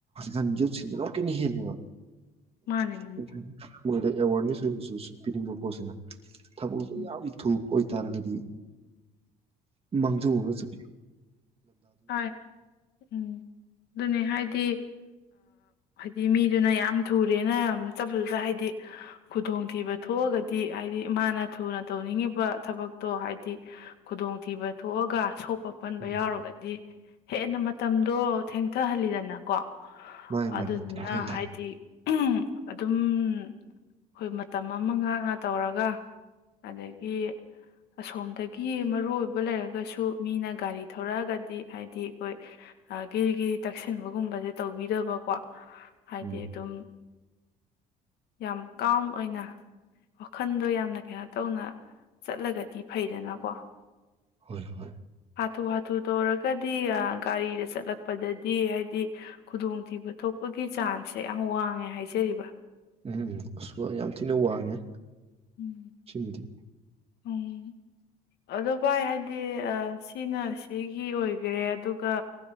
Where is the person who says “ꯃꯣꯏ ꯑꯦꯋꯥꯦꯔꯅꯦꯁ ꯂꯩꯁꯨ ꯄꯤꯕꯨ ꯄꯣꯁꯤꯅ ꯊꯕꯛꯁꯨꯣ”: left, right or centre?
Right